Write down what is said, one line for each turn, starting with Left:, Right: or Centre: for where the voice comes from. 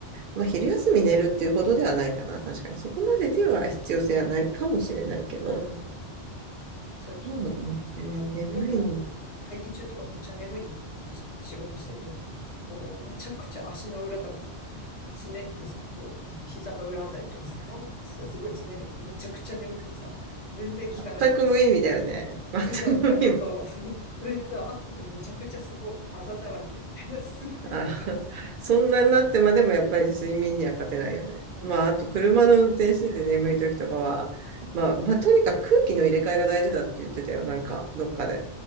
Right: まあ、昼休み寝るっていうほどではないかな。確かに。そこまででは必要性はないかもしれないけど。
Left: うん。そうそ
Right: そうね。眠いの。
Left: う。よくなんかね、会議中とかむっちゃ眠い時とかさ、し仕事してる時とかにさ、こう、むちゃくちゃ足の裏とかさ、こうつねってさ、こう、なんてうの膝の裏あたりとかさ、ガーンってさ、すごいつねんだけど、むちゃくちゃ眠くてさ、全然効かなくてさ。
Right: 全く無意味だよね。<laughs>
Left: でさ、
Right: 全く無意味。
Left: なんかそう、そうそれでさ、後でむちゃくちゃそこ、あざだらけみたいな、すごい状態だ。
Right: あ、<laughs> そんなになってまでもやっぱり睡眠には勝てないよね。
Left: うん。
Right: まあ、あと車の運転してて眠い時とかは、まあ、まあ、とにかく空気の入れ替えが大事だって言ってたよ。なんか、どっかで。